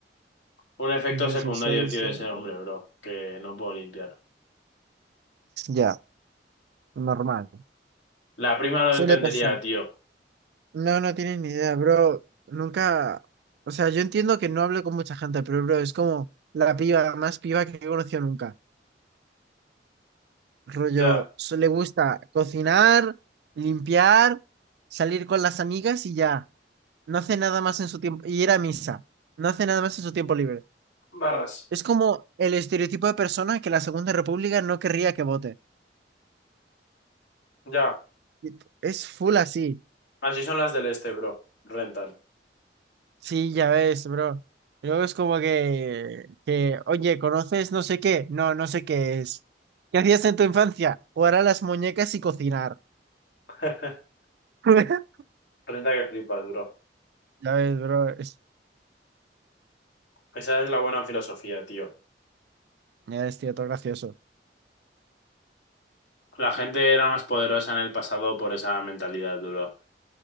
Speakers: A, on the left (about 80°); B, on the right (about 65°).
A: Un efecto
B: No
A: secundario,
B: sí soy historia.
A: tío, de ser hombre, bro, que no puedo limpiar.
B: Ya, normal.
A: La prima lo
B: Suele
A: entendería,
B: pasar.
A: tío.
B: No, no tienes ni idea, bro. Nunca, o sea, yo entiendo que no hablo con mucha gente, pero bro, es como la piba más piba que he conocido nunca. Rollo,
A: Ya,
B: so- le gusta cocinar, limpiar, salir con las amigas y ya. No hace nada más en su tiempo, y ir a misa. No hace nada más en su tiempo libre.
A: barras.
B: Es como el estereotipo de persona que la Segunda República no querría que vote.
A: Ya.
B: Y Es full así.
A: Así son las del este, bro. Rentan.
B: Sí, ya ves, bro. Y Luego es como que, que, oye, ¿conoces no sé qué? No, no sé qué es. ¿Qué hacías en tu infancia? Jugar a las muñecas y cocinar.
A: <laughs>
B: <laughs>
A: Renta que flipas, bro.
B: Ya ves, bro. Es,
A: Esa es la buena filosofía, tío.
B: ya es, tío, todo gracioso.
A: La gente era más poderosa en el pasado por esa mentalidad, duro.